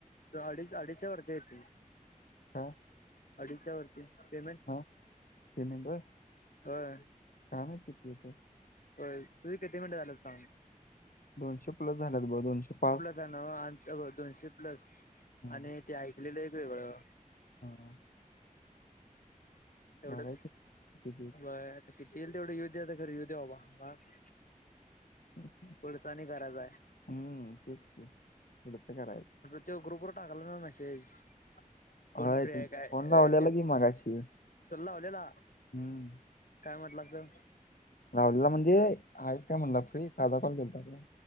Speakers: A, on the left; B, on the left.
A: अडीच अडीचच्या वरती आहे ती.
B: का.
A: अडीच्या वरती. पेमेंट
B: हा पेमेंट व्हय,
A: होय
B: काय माहिती किती येतंय.
A: होय तुझी किती मिनिटं झालेत सांग
B: दोनशे प्लस झाल्यात बघ दोनशे पाच.
A: गंडवा ते दोनशे प्लस
B: हा
A: आणि ते ऐकलेलं वेगळं.
B: हा.
A: तेवढंच
B: बघायचं किती
A: बर आता किती येईल तेवढं यु दे. आता खर येवूदे बाबा बास.
B: हम्म
A: पुढचा आणि करायचा आहे
B: तेच की पुढंच करायचं.
A: तो ग्रुपवर टाकलाय नवं मेसेज. कोण
B: होय
A: फ्री काय
B: फोन लावलेला
A: तो
B: की मगाशी
A: तुला लावलेला.
B: हम्म
A: काय म्हटला असं.
B: लावलेला म्हणजे, आहेस काय म्हणला फ्री साधा कॉल केेलता रे.